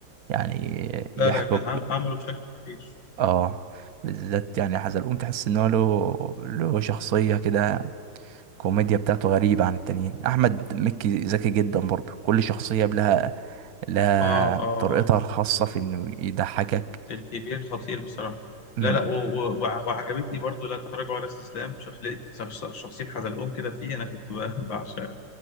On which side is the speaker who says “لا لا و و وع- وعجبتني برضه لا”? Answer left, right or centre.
Left